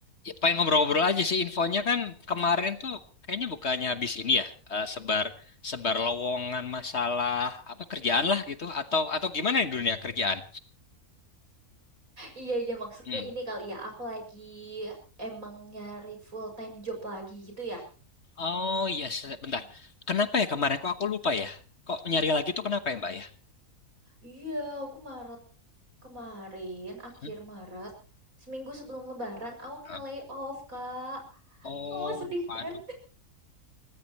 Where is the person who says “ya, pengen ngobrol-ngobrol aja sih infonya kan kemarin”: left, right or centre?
Left